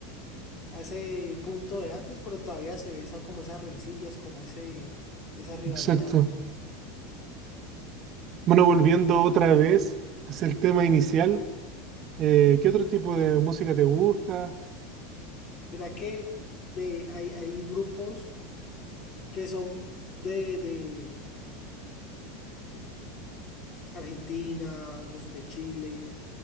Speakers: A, on the left; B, on the right.
A: hace punto de antes, pero todavía se ve esa, como esas rencillas, como ese, esa rivalidad.
B: exacto. Bueno, volviendo otra vez hacia el tema inicial, eh, ¿qué otro tipo de música te gusta?
A: Mira que de, hay, hay grupos que son de, de Argentina, unos de Chile,